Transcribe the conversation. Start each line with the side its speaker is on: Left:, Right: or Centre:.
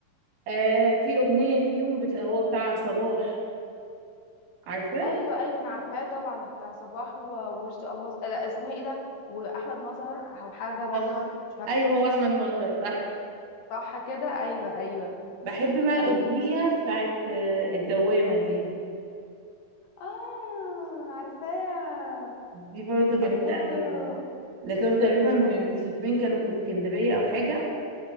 Right: آه، في أغنية فيهم بت... هو بتاع صباح عارفة؟
Left: ايوه ايوه انا عارفاه طبعا بتاع صباح و- ورشدي اباظه لا اسمها ايه ده واحمد مظهر او حاجه مظهر
Right: صح.
Left: مش
Right: أيوه هو أحمد مظهر صح
Left: صح كده ايوه ايوه
Right: بحب بقى الأغنية
Left: ايوه
Right: بتاعت آه، الدوامة دي
Left: اه عارفاه
Right: دي برضو جميلة
Left: الله
Right: أوي لكنهم تقريبا المسافرين
Left: ايوه
Right: كانوا في اسكندرية أو حاجة